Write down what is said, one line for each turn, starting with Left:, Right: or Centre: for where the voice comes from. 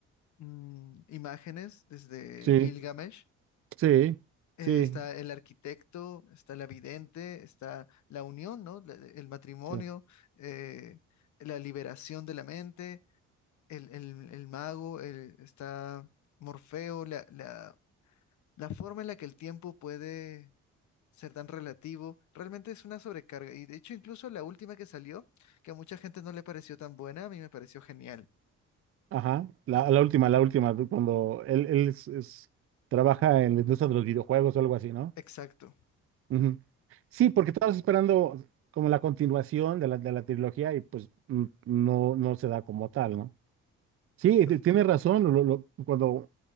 Left: mm, imágenes desde
Right: sí,
Left: Gilgamesh
Right: sí,
Left: eh,
Right: sí,
Left: está el arquitecto, está la vidente, está la unión, ¿no? La- el matrimonio,
Right: sí,
Left: eh, la liberación de la mente, el, el- el mago, el- está Morfeo, la, la- la forma en la que el tiempo puede ser tan relativo, realmente es una sobrecarga. Y de hecho, incluso la última que salió, que a mucha gente no le pareció tan buena, a mí me pareció genial.
Right: ajá. La, la última, la última, cuando él, él es, es- trabaja en la industria de los videojuegos o algo así, ¿no?
Left: Exacto.
Right: Ujú. Sí, porque estabas esperando como la continuación de la, de la trilogía y pues mm, no, no se da como tal, ¿no? Sí,
Left: Pero
Right: t- tienes razón, lo- lo- cuando